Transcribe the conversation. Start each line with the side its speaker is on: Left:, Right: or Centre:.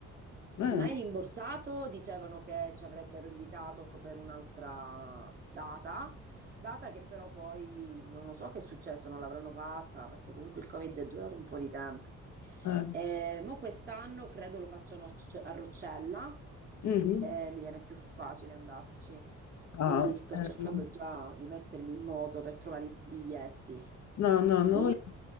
Left: Eh,
Right: mai rimborsato, dicevano che ci avrebbero invitato per un'altra data, data che però poi non lo so che è successo, non l'avranno fatta perché comunque il Covid è durato un po' di tempo.
Left: eh.
Right: Eh, mo quest'anno credo lo facciano a C- a Roccella,
Left: Mhm.
Right: eh, mi viene più facile andarci. Quindi
Left: Ah,
Right: sto
Left: ok.
Right: cercando già di mettermi in moto per trovare i biglietti.
Left: No, no, noi,
Right: Tu?